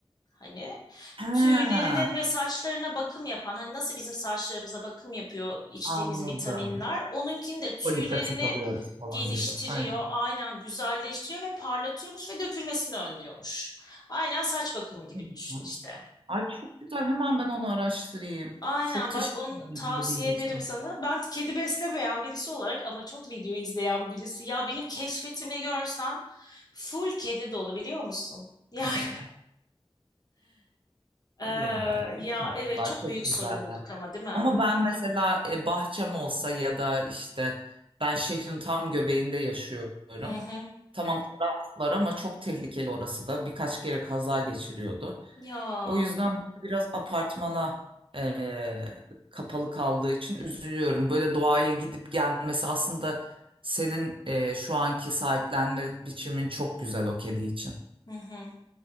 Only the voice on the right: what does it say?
Ha,
anladım.
Folik alıyoruz falan
gibi. Aynen.
Ne güzel.
Ay çok güzel. Hemen ben onu araştırayım.
Çok teşekkür
ederim
bu bilgi
için.
<laughs>
Ya çok
tatlılar,
çok
güzeller.
Ama ben mesela e, bahçem olsa ya da işte ben şehrin tam göbeğinde yaşıyorum.
Tamam teras var ama çok tehlikeli orası da. Birkaç kere kaza geçiriyordu.
O yüzden böyle biraz apartmana e, kapalı kaldığı için üzülüyorum. Böyle doğaya gidip gelmesi aslında senin e, şu anki sahiplenme biçimin çok güzel o kedi için.